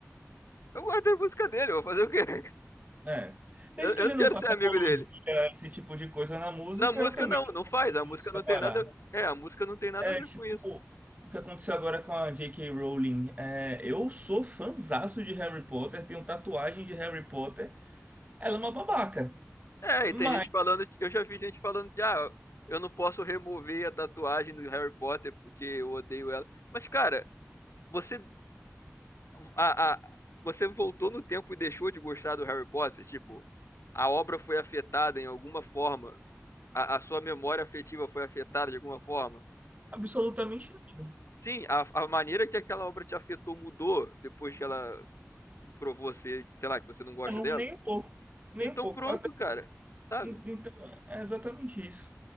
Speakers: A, on the left (about 60°); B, on the right (about 30°).
A: Eu gosto da música dele, eu vou fazer o quê? <laughs>
B: É. Desde
A: Eu, eu
B: que ele
A: não
B: não
A: quero
B: faça
A: ser amigo
B: apologia
A: dele.
B: a esse tipo de coisa na música,
A: Na música
B: eu também
A: não, não
B: consigo
A: faz. A música
B: separar.
A: não tem nada. É, a música não tem nada
B: É
A: a ver
B: tipo
A: com isso.
B: o que aconteceu agora com a J K Rowling. É, eu sou fãzaço de Harry Potter, tenho tatuagem de Harry Potter. Ela é uma babaca.
A: É,
B: Mas
A: e tem gente falando, eu já vi gente falando que ah, eu não posso remover a tatuagem do Harry Potter porque eu odeio ela. Mas cara, você a, a, você voltou no tempo e deixou de gostar do Harry Potter, tipo, a obra foi afetada em alguma forma, a, a sua memória afetiva foi afetada de alguma forma.
B: absolutamente nada.
A: Sim, a, a maneira que aquela obra te afetou mudou depois que ela provou você, sei lá, que você não gosta
B: Não,
A: dela.
B: nem um pouco. Nem
A: Então
B: um pouco.
A: pronto, cara. Sabe?
B: Então, é é exatamente isso.